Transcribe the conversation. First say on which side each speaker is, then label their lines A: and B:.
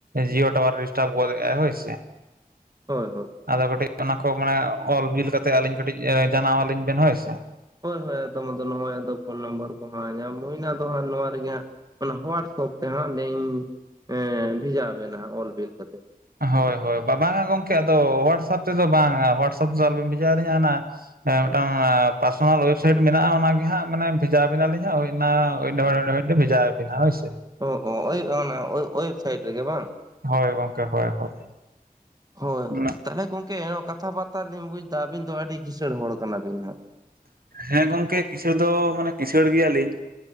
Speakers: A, on the right; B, on the right.
A: ᱡᱤᱭᱳ ᱴᱟᱣᱟᱨ ᱰᱤᱥᱴᱟᱵ ᱜᱚᱫ ᱮᱜᱼᱟ ᱦᱳᱭ ᱥᱮ᱾
B: ᱦᱳᱭ ᱦᱳᱭ᱾
A: ᱟᱫᱚ ᱠᱟᱹᱴᱤᱡ ᱚᱱᱟ ᱠᱚ ᱢᱟᱱᱮ ᱚᱞ ᱵᱤᱞ ᱠᱟᱛᱮᱜ ᱟᱹᱞᱤᱧ ᱠᱟᱹᱴᱤᱡ ᱡᱟᱱᱟᱣ ᱟᱹᱞᱤᱧ ᱵᱮᱱ ᱦᱳᱭ ᱥᱮ᱾
B: ᱦᱳᱭ ᱦᱳᱭ ᱮᱫᱚᱢ ᱟᱫᱳ ᱱᱚᱜᱼᱚᱭ ᱯᱷᱳᱱ ᱱᱟᱢᱵᱟᱨ ᱠᱚ ᱦᱟᱜ ᱧᱟᱢ ᱦᱩᱭᱱᱟ ᱫᱚ ᱦᱟᱸᱜ ᱱᱚᱣᱟ ᱨᱮᱜᱮ ᱦᱟᱸᱜ ᱚᱱᱟ ᱦᱳᱣᱟᱴᱥᱚᱯ ᱛᱮ ᱦᱟᱸᱜ ᱞᱤᱧ ᱮᱸ ᱵᱷᱮᱡᱟ ᱵᱮᱱᱟ ᱦᱟᱸᱜ ᱚᱞ ᱵᱤᱞ ᱠᱟᱛᱮᱜ᱾
A: ᱦᱳᱭ ᱦᱳᱭ ᱵᱟᱵᱟ ᱟᱝ ᱜᱚᱝᱠᱮ ᱟᱫᱚ ᱦᱳᱣᱟᱴᱥᱟᱯ ᱛᱮᱫᱚ ᱵᱟᱝᱟ ᱦᱚᱳᱣᱟᱴᱥᱟᱯ ᱛᱚ ᱟᱞᱚᱵᱮᱱ ᱵᱷᱮᱡᱟ ᱟᱞᱤᱧᱟ ᱦᱟᱸᱱᱟ ᱦᱮ ᱢᱤᱫᱴᱟᱝ ᱯᱟᱨᱥᱚᱱᱟᱞ ᱚᱭᱮᱵᱥᱟᱭᱤᱴ ᱢᱮᱱᱟᱜᱼᱟ ᱚᱱᱟᱜ ᱜᱮ ᱦᱟᱸᱜ ᱢᱟᱱᱮ ᱵᱷᱮᱡᱟ ᱟᱵᱤᱱᱟᱞᱤᱧ ᱦᱟ ᱦᱳᱭ ᱚᱱᱟ ᱵᱷᱮᱡᱟ ᱵᱤᱱᱟ ᱦᱳᱭ ᱥᱮ᱾
B: ᱚ ᱚ ᱳᱭ ᱚᱱᱟ ᱳᱭ ᱳᱭᱮᱵᱥᱟᱭᱤᱴ ᱨᱮᱜᱮ ᱵᱟᱝ?
A: ᱦᱳᱭ ᱜᱚᱝᱠᱮ ᱦᱳᱭ ᱦᱳᱭ,
B: ᱦᱳᱭ
A: ᱚᱱᱟ
B: ᱦᱳᱭ ᱛᱟᱦᱚᱞᱮ ᱜᱚᱝᱠᱮ ᱱᱚᱣᱟ ᱠᱟᱛᱷᱟ ᱵᱟᱨᱛᱟ ᱞᱤᱧ ᱵᱩᱡ ᱫᱟ ᱟᱹᱵᱤᱱ ᱫᱚ ᱟᱹᱰᱤ ᱠᱤᱥᱟᱹᱲ ᱦᱚᱲ ᱠᱟᱱᱟᱵᱤᱱ ᱦᱟᱸᱜ᱾
A: ᱦᱮᱸ ᱜᱚᱝᱠᱮ ᱠᱤᱥᱟᱬ ᱫᱚ ᱢᱟᱱᱮ ᱠᱤᱥᱟᱬ ᱜᱮᱭᱟ ᱞᱤᱧ᱾